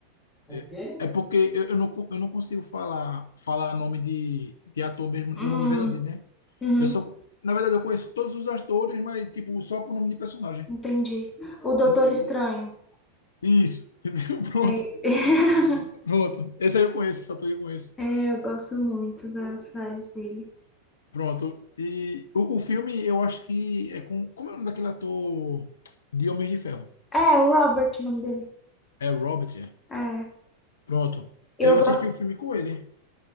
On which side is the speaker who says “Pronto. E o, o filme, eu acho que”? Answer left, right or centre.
Left